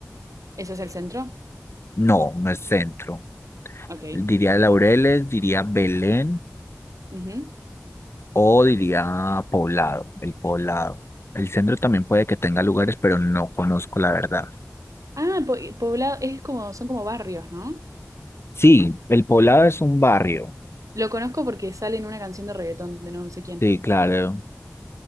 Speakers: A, on the right; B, on the left.
A: ¿Eso es el centro?
B: No, no es centro.
A: Ok.
B: Diría Laureles, diría Belén
A: Ujú.
B: o diría Poblado, el Poblado. El centro también puede que tenga lugares, pero no conozco la verdad.
A: Ah, po- poblado, es como, son como barrios, ¿no?
B: Sí, el Poblado es un barrio.
A: Lo conozco porque sale en una canción de reggaetón de no sé quién.
B: Sí, claro.